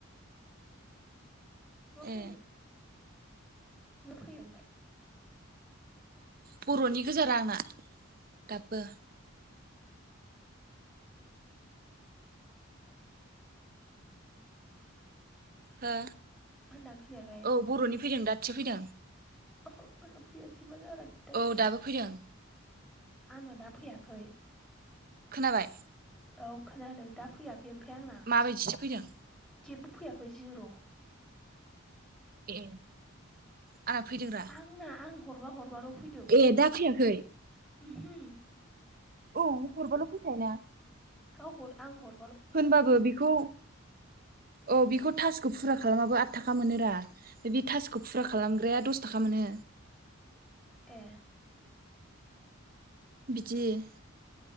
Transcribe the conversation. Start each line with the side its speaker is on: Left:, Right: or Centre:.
Centre: नुवाखै
Right: ए
Centre: आरो। नोंना फैयो ओमफाय?
Right: बर'नि गोजा रा आंना दाबबो। हो?
Centre: होनदों आं खोनायाखै
Right: औ बर'नि फैदों दासो फैदों।
Centre: अह' आंना फैयासै। मा जालायखोथाय।
Right: औ दाबो फैदों
Centre: आंना दा फैयाखै।
Right: खोनाबाय?
Centre: औ खोनादों दा फैया। इमफाय आंना
Right: माबायदिसो फैदों
Centre: जेबबो फैयाखै जिर'।
Right: ए। आंना फैदोंरा
Centre: आंना आं हरबा हरबाल' फैदों।
Right: ए दा फैयाखै
Centre: उमहो।
Right: औ हरबाल' फैखायो ना।
Centre: गाव हर आं हर
Right: होनबाबो बेखौ औ बेखौ थासखौ फुरा खालामाबो आद थाखा मोनो रा बे थास खौ फुरा खालामग्राया
Centre: ए
Right: दस थाखा मोनो।
Centre: ए
Right: बिदि <unintelligible>